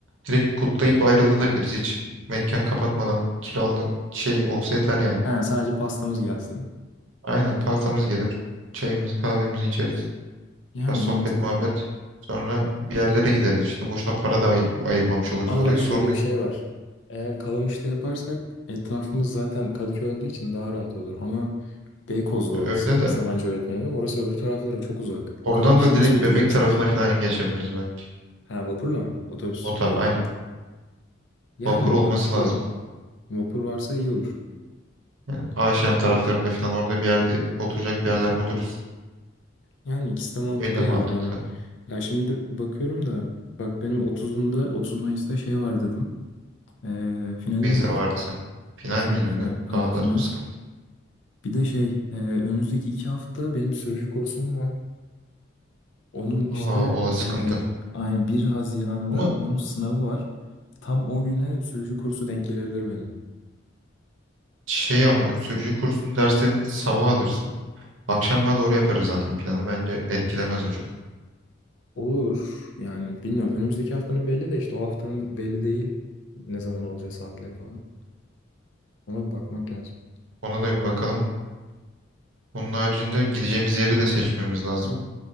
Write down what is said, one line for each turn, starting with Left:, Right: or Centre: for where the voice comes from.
Right: direkt kutlayıp ayrılabiliriz. Hiç mekan kapatmadan kiralı şey olsa yeter yani.
Left: Ha sadece pastamız gelsin.
Right: Aynen pastamız gelir. Çayımızı kahvemizi içeriz.
Left: Yani
Right: Biraz sohbet
Left: mantıklı.
Right: muhabbet. Sonra bir yerlere gideriz işte. Boşuna para da ay- ayırmamış oluruz
Left: Ama
Right: oraya.
Left: bak şöyle
Right: Sonra
Left: bir şey var. Eğer Kalamış'ta yaparsak etrafımız zaten Kadıköy olduğu için daha rahat olur. Ama Beykoz'da orası
Right: öyle de.
Left: Sabancı Öğretmen Evi. Orası öbür taraflara çok uzak.
Right: Oradan
Left: O kadar kişiyi
Right: da direkt
Left: nasıl götüreceğiz?
Right: Bebek tarafına falan geçebiliriz belki.
Left: Ha vapurla mı? Otobüs
Right: O tar
Left: ya
Right: aynen.
Left: da. Yani
Right: Vapur olması
Left: mantıklı.
Right: lazım.
Left: Vapur varsa iyi olur.
Right: Yani Aşiyan taraflarında falan orada bir yerde oturacak bir yerler buluruz.
Left: Yani ikisi de mantıklı
Right: Öyle mantıklı.
Left: geldi bana. Ya şimdi bakıyorum da bak benim 30'unda 30 Mayıs'ta şey var dedim. Ee, finalim
Right: vize
Left: var.
Right: vardı senin. Final
Left: Final,
Right: miydi
Left: final.
Right: bir de?
Left: Aynen
Right: Daha
Left: final.
Right: da sıkıntı.
Left: Bir de şey e, önümüzdeki iki hafta benim sürücü kursum var. Onun işte
Right: Aa, o da sıkıntı.
Left: e, aynen bir Haziran'da
Right: Ama
Left: onun sınavı var. Tam o güne sürücü kursu denk gelebilir benim.
Right: şey ama sürücü kursunun derslerini sabah alırsın. Akşama doğru yaparız zaten planı. Bence etkilemez o çok.
Left: Olur yani bilmiyorum. Önümüzdeki haftanın belli de işte o haftanın belli değil. Ne zaman olacağı saatleri falan. Ona bir bakmak lazım.
Right: Ona da bir bakalım. Onun haricinde gideceğimiz yeri de seçmemiz lazım.